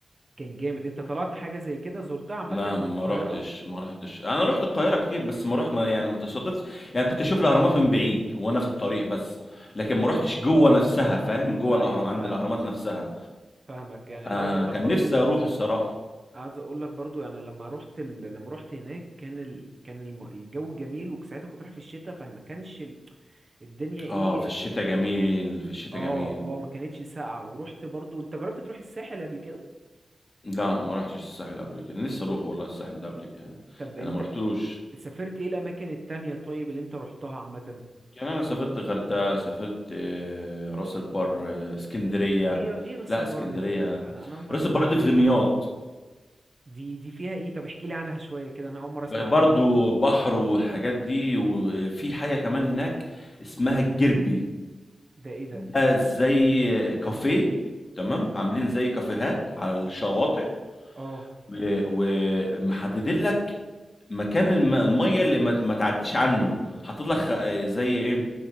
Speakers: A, on the right; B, on the left.
A: كان جامد انت طلعت حاجه زي كده زرتها عامه
B: لا
A: من
B: ما
A: القاهره
B: رحتش ما رحتش انا رحت القاهرة كتير بس ما رحت ما يعني ما تصادفتش يعني كنت اشوف الاهرامات من بعيد وانا في الطريق بس لكن ما رحتش جوه نفسها فاهم جوه
A: ايوه
B: الاهرام عند
A: فاهمك
B: الاهرامات نفسها
A: فاهمك يعني
B: آه
A: انا عاوز اقول
B: كان
A: لك برضو
B: نفسي
A: من
B: اروح الصراحة
A: عايز اقول لك برضو يعني لما رحت ال... لما رحت هناك كان ال... كان الم... الجو جميل وساعتها كنت رايح في الشتاء فما كانش ال... الدنيا ايه
B: اه في الشتاء جميل في الشتاء
A: اه
B: جميل
A: اه ما كانتش ساقعة ورحت برضو انت جربت تروح الساحل قبل كده
B: لا ما رحتش الساحل قبل كده نفسي اروح والله الساحل ده قبل كده
A: طب انت
B: انا ما رحتوش
A: سافرت ايه الاماكن التانية طيب اللي انت رحتها عامة
B: يعني انا سافرت غردقه سافرت آه، راس البر آه، اسكندريه
A: ايه ر- ايه راس
B: لا
A: البر
B: اسكندريه
A: دي انا انا اول مرة
B: راس
A: اسمع
B: البر
A: عنها
B: دي في دمياط
A: دي دي فيها ايه طب احكي لي عنها شوية كده انا اول مرة اسمع
B: ب-
A: عنها
B: برضو بحر والحاجات دي وفي حاجه كمان هناك اسمها الجربي
A: ده ايه ده
B: ده زي كافيه تمام
A: امم
B: عاملين زي كافيهات على الشواطئ
A: اه
B: و- ومحددين لك مكان الم- الميه اللي ما ما تعديش عنه حاطط لك خ- آه، زي ايه